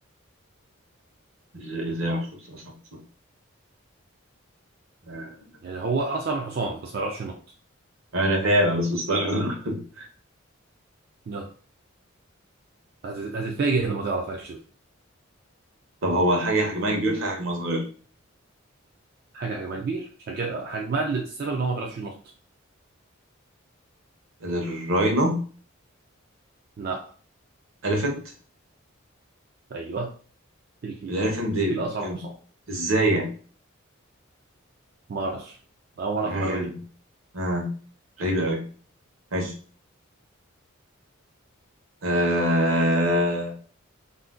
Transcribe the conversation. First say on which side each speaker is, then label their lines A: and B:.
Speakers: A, on the right; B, on the right.
A: ازاي ازاي محفوظ صح صح صح آه.
B: يعني هو اسرع من الحصان بس ما يعرفش ينط
A: انا فاهم بس مستغرب <laughs>
B: ده هت- هتتفاجئ لما تعرف اكشن
A: طب هو حاجه حجمها كبير حاجه حجمها صغير
B: حاجة حجمها كبير عشان كده حجمها اللي السبب ان هو ما بيعرفش ينط
A: الراينو
B: لا
A: اليفنت
B: ايوه الفيل
A: الاليفنت دي
B: الفيل اسرع من
A: ام-
B: الحصان
A: ازاي يعني
B: ما اعرفش اول مرة في
A: حاجه
B: المعلومة
A: غريبه
B: دي
A: آه. غريبه قوي ماشي آه.